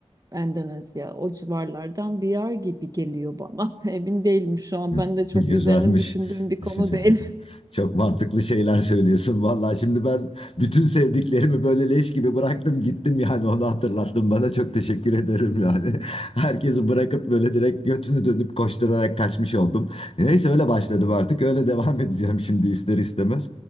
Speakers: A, on the right; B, on the left.
A: Endonezya o civarlardan bir yer gibi geliyor bana. <laughs> Emin değilim şu an.
B: <laughs>
A: Ben de çok
B: Güzelmiş.
A: üzerine düşündüğüm bir
B: <laughs>
A: konu değil.
B: Çok mantıklı şeyler söylüyorsun. Vallahi şimdi ben bütün sevdiklerimi böyle leş gibi bıraktım gittim yani onu hatırlattın bana çok teşekkür ederim yani. <laughs> Herkesi bırakıp böyle direkt götünü dönüp koşturarak kaçmış oldum. Neyse öyle başladım artık öyle devam <laughs> edeceğim şimdi ister istemez.